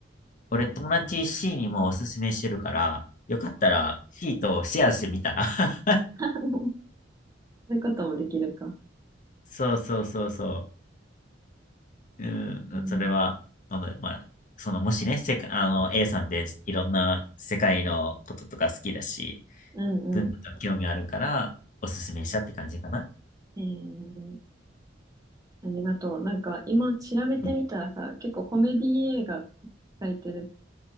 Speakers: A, on the left; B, on the right.
A: 俺友達 C にもおすすめしてるから、よかったら C とシェアしてみたら。<laughs>
B: <laughs> そういうこともできるか。
A: そうそうそうそう。うん、
B: うん、
A: それは、あの、まあ、その、もしね、世界、あの、A さんっていろんな世界のこととか好きだし、
B: うん、
A: 文化と興味あるから、
B: うん。
A: おすすめしたって感じかな。
B: ええ、ありがとう。なんか今調べてみたらさ、
A: うん
B: 結構コメディ映画って書いてる